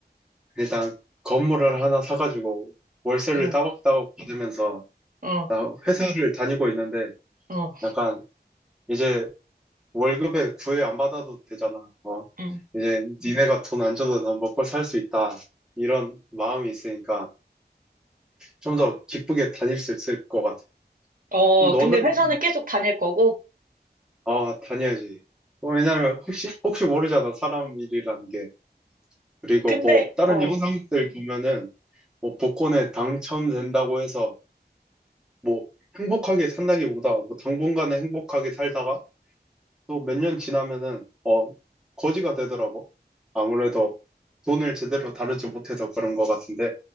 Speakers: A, in the centre; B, on the right.
A: 일단 건물을 하나 사가지고 월세를
B: 응,
A: 따박따박 받으면서,
B: 어,
A: 나 회사를 다니고 있는데,
B: 어,
A: 약간 이제 월급에 구애 안 받아도 되잖아. 어?
B: 응.
A: 이제 니네가 돈 안 줘도 난 먹고 살 수 있다. 이런 마음이 있으니까 좀 더 기쁘게 다닐 수 있을 것 같아.
B: 어,
A: 그럼 너는,
B: 근데 회사는 계속 다닐 거고,
A: 아, 다녀야지. 뭐, 왜냐면 혹시, 혹시 모르잖아. 사람 일이라는 게. 그리고
B: 근데,
A: 뭐, 다른
B: 어,
A: 영상들 보면은, 뭐 복권에 당첨된다고 해서 뭐 행복하게 산다기보다 뭐 당분간은 행복하게 살다가 또 몇 년 지나면은 어 거지가 되더라고. 아무래도 돈을 제대로 다루지 못해서 그런 것 같은데